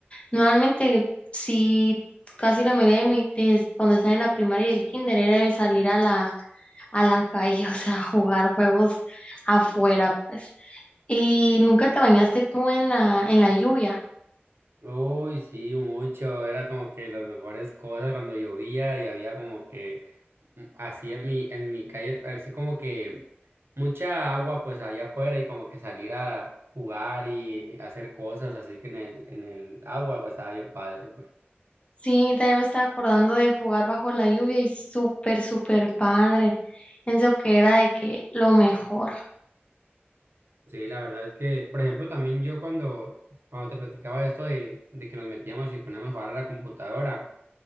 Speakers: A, on the left; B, on the right.
A: Normalmente, sí, casi la mayoría de mi, de- cuando estaba en la primaria y el kinder era de salir a la, a la calle, <laughs> o sea, jugar juegos afuera, pues. ¿Y nunca te bañaste tú en la, en la lluvia?
B: Uy, sí, mucho. Era como que las mejores cosas cuando llovía y había como que mm, así en mi, en mi calle, así como que mucha agua pues allá afuera y como que salir a jugar y hacer cosas así que en el, en el agua pues estaba bien padre, pues.
A: Sí, también me estaba acordando de jugar bajo la lluvia y súper, súper padre. Pienso que era de que lo mejor.
B: Sí, la verdad es que, por ejemplo, también yo cuando, cuando te platicaba de esto de, de que nos metíamos y poníamos a jugar a la computadora,